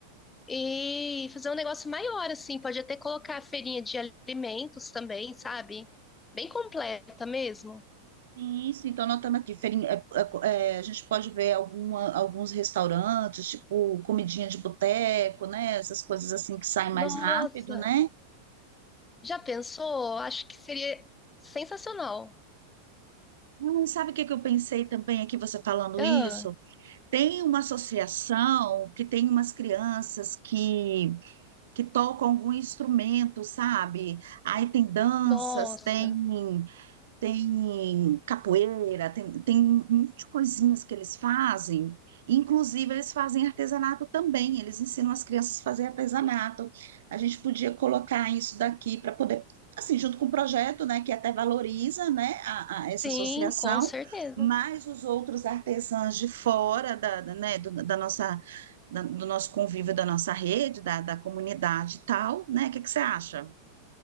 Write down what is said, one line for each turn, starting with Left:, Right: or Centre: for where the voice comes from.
Left: e fazer um negócio maior, assim, pode até colocar a feirinha de alimentos também, sabe? Bem completa mesmo.
Right: Isso, então anotando aqui, feirinha- é, é, co- é, a gente pode ver alguma- alguns restaurantes, tipo comidinha de boteco, né? Essas coisas assim que saem mais
Left: Nossa,
Right: rápido, né?
Left: já pensou? Acho que seria sensacional.
Right: Hum, Sabe o que que eu pensei também aqui, você falando
Left: Ah,
Right: isso? Tem uma associação que tem umas crianças que, que tocam algum instrumento, sabe? Aí tem danças,
Left: nossa,
Right: tem. tem capoeira, tem, tem um monte de coisinhas que eles fazem. Inclusive, eles fazem artesanato também, eles ensinam as crianças a fazer artesanato. A gente podia colocar isso daqui para poder, assim, junto com o projeto, né, que até valoriza, né, a, a
Left: sim,
Right: essa associação,
Left: com certeza.
Right: mas os outros artesãos de fora da, da, né, do, da nossa, da- do nosso convívio, da nossa rede, da, da comunidade e tal, né? O que que você acha?